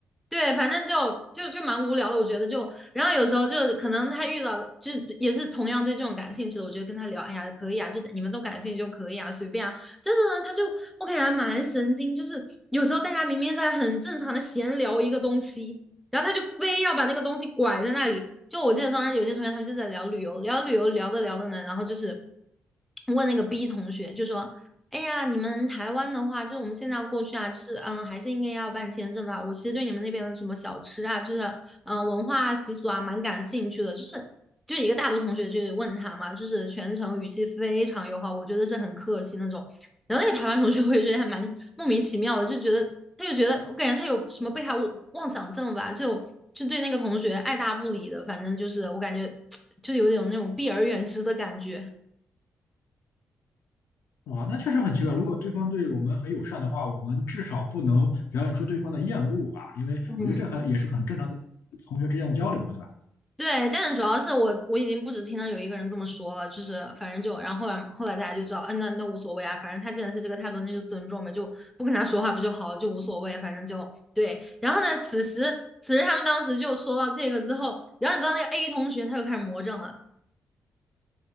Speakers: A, in the centre; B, on the left.
A: 对，反正就就就蛮无聊的，我觉得就，然后有时候就可能他遇到就也是同样对这种感兴趣的，我觉得跟他聊，哎呀，可以啊，就你们都感兴趣就可以啊，随便啊。但是呢，他就我感觉还蛮神经，就是有时候大家明明在很正常的闲聊一个东西，然后他就非要把那个东西拐在那里。就我记得当时有些同学他们就在聊旅游，聊旅游聊着聊着呢，然后就是问那个 B 同学，就说：“哎呀，你们台湾的话，就是我们现在要过去啊，就是嗯，还是应该要办签证吧。我其实对你们那边的什么小吃啊，就是嗯文化啊习俗啊，蛮感兴趣的。就是就一个大多同学就问他嘛，就是全程语气非常友好，我觉得是很客气那种。然后那个台湾同学，我也觉得还蛮莫名其妙的，就觉得他就觉得我感觉他有什么被害妄想症吧，就就对那个同学爱答不理的，反正就是我感觉就有点那种避而远之的感觉。
B: 哇，那确实很奇怪。如果对方对我们很友善的话，我们至少不能表现出对方的厌恶吧，因为我觉得这很也是很正常的
A: 嗯
B: 同学之间的交流嘛，对吧？
A: 对，但是主要是我我已经不止听到有一个人这么说了，就是反正就然后后来后来大家就知道，嗯、那那无所谓啊，反正他既然是这个态度，那就尊重呗，就不跟他说话不就好了，就无所谓，反正就对。然后呢，此时此时他们当时就说到这个之后，然后你知道那个 A 同学他又开始魔怔了。